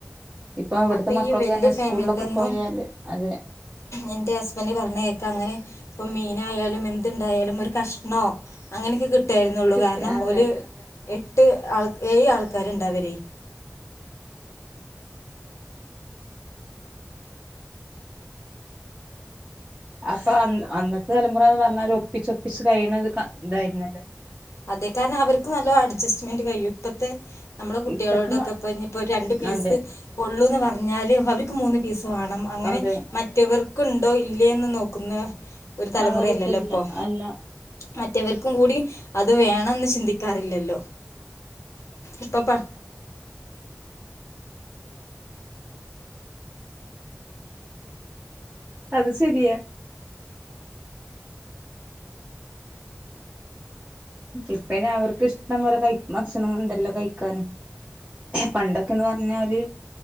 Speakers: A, on the right; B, on the left.
A: ഇപ്പൊ അവ്ട്ത്തെ
B: അപ്പൊ
A: മക്കൾക്കെന്നെ
B: ഈ വല്യ ഫാമിലിയിലൊന്നും
A: സ്കൂൾലൊക്കെ പോയാല് അതെ
B: എന്റെ ഹസ്ബന്റ് പറഞ്ഞേക്കാ അങ്ങനെ ഇപ്പം മീനായാലും എന്ത്ണ്ടായാലും ഒര്കഷ്ണോ അങ്ങനൊക്കെ കിട്ട് ട്ടായിരുന്നുള്ളൂ
A: കിട്ടി
B: കാര്ണം
A: അതെ
B: ഓല് എട്ട് ആള് ഏഴ് ആള്ക്കാര്ണ്ടവരേയ്
A: അപ്പൊ അൻ അന്നത്തെ തലമുറാന്ന് പറ്ഞ്ഞാല് ഒപ്പിച്ചൊപ്പിച്ച് കഴിണത് കാ ഇതായിര്ന്നല്ലോ.
B: അതേ കാരന്നം അവര്ക്ക് നല്ല അഡ്ജസ്റ്റ്മെന്റ് കയും ഇപ്പത്തെ നമ്മളെ കുട്ട്യേളോടൊക്കെപ്പൊ
A: ഇപ്പത്തെ
B: ഇഞ്ഞിപ്പോ ഒരണ്ട് പീസ്
A: അതെ
B: ഒള്ളൂന്ന് പർഞ്ഞാല് അവര്ക്ക് മൂന്ന് പീസ് വാണം അങ്ങനെ
A: അതെ
B: മറ്റവർക് ക്ക്ണ്ടോ ഇല്ലേന്ന് നോക്ക്ന്ന ഒര് തലമുറയല്ലല്ലോ
A: ആ ഒരിതില്ല
B: ഇപ്പൊ
A: അല്ല
B: മറ്റവര്ക്കും കൂടി അത് വേണന്ന് ചിന്തിക്കാറില്ലല്ലോ ഇപ്പൊപ്പ
A: അത് ശെരിയാ. ഇപ്പൈനവർക്ക് ഇഷ്ടം പോലെ കൈ ഭക്ഷണങ്ങള്ണ്ടല്ലോ കയിക്കാന്. പണ്ടൊക്കെന്ന് പർഞ്ഞാല്